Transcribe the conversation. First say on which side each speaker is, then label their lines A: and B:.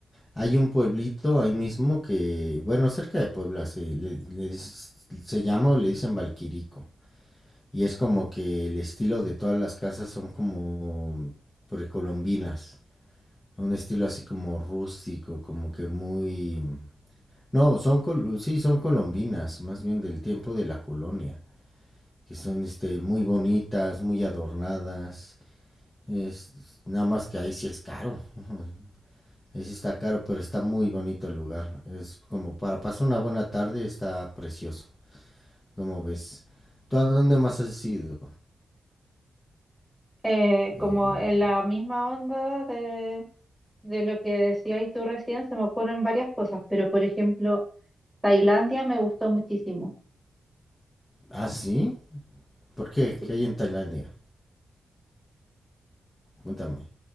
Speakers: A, on the left (about 20°); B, in the centre.
A: Hay un pueblito ahí mismo que, bueno, cerca de Puebla, se, le, le dice- se llama o le dicen Valquirico. Y es como que el estilo de todas las casas son como precolombinas. Un estilo así como rústico, como que muy... No, son col- sí, son colombinas, más bien del tiempo de la colonia. Que son este, muy bonitas, muy adornadas. Es, nada más que ahí sí es caro. <laughs> Sí está caro, pero está muy bonito el lugar. Es como para pasar una buena tarde, está precioso. ¿Cómo ves? ¿Tú a dónde más has ido?
B: Eh,
A: Eh,
B: como en la misma onda de, de lo que decías tú recién, se me ocurren varias cosas, pero por ejemplo, Tailandia me gustó muchísimo.
A: ¿Ah, sí? ¿Por qué?
B: Sí,
A: ¿Qué hay en Tailandia? Cuéntame.